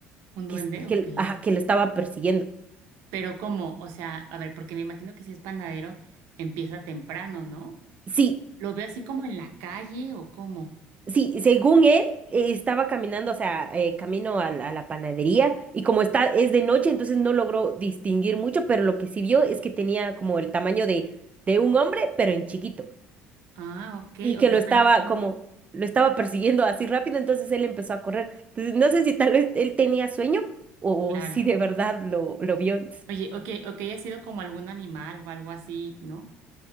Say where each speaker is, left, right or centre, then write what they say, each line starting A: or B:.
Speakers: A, on the right; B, on the right.
A: ¿Un duende?
B: que, es-
A: Ok.
B: que, ajá, que lo estaba persiguiendo.
A: Pero ¿cómo? O sea, a ver, porque me imagino que si es panadero, empieza temprano, ¿no?
B: Sí,
A: ¿Lo veo así como en la calle o cómo?
B: Sí, según él, eh, estaba caminando, o sea, eh, camino a, la a la panadería y como está, es de noche, entonces no logró distinguir mucho, pero lo que sí vio es que tenía como el tamaño de, de un hombre, pero en chiquito,
A: Ah, ok.
B: y que
A: O sea,
B: lo estaba
A: pero así,
B: como, lo estaba persiguiendo así rápido, entonces él empezó a correr. Entonces, no sé si tal vez él tenía sueño o
A: claro.
B: si de verdad lo, lo vio.
A: Oye, ok, ok, ha sido como algún animal o algo así, ¿no?